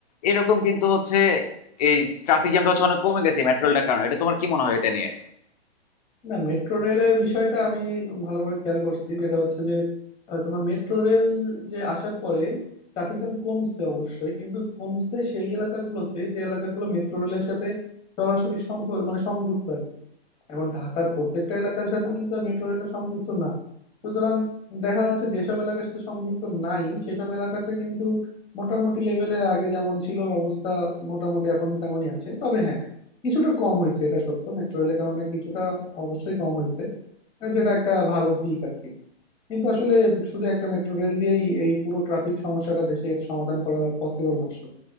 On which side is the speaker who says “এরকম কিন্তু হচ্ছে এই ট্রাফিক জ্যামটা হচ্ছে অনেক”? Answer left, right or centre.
Left